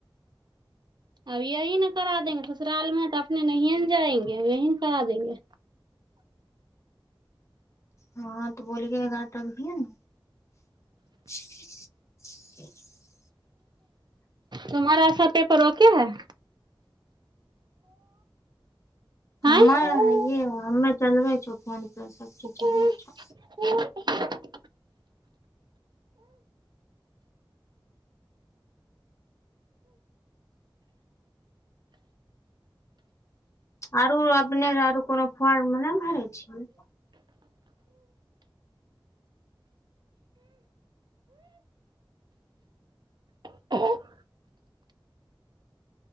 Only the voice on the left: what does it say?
हँ तऽ बोलिएगा तभीए ने। <inaudible>
हमर
हैये हो। हमे चलबे छौ, फोन पर सब चीज
चलबे छौ।
आरो अपने आरो कोनो फॉर्म नइ भरै छियै?